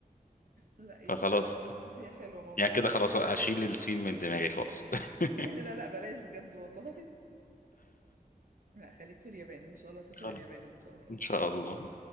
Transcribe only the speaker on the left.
فخلاص
يعني كده
خلاص اشيل الصين من دماغي خالص <laughs>
خلاص
ان شاء الله